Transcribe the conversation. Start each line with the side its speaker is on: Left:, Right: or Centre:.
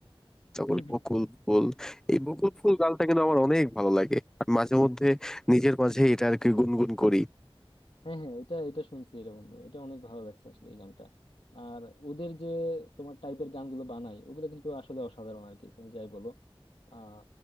Centre: তারপর
Left: হুম হুম
Centre: বকুল ফুল এই বকুল ফুল গানটা কিন্তু আমার অনেক ভালো লাগে আমি মাঝে মধ্যে নিজের মাঝে এটা আর কি গুনগুন করি
Left: হ্যাঁ হ্যাঁ এটা এটা শুনছি রে বন্ধু এটা অনেক ভালো লাগছে আসলে এই গানটা আর ওদের যে তোমার টাইপের গানগুলো বানায় ওগুলো কিন্তু আসলে অসাধারণ আর কি তুমি যাই বলো আহ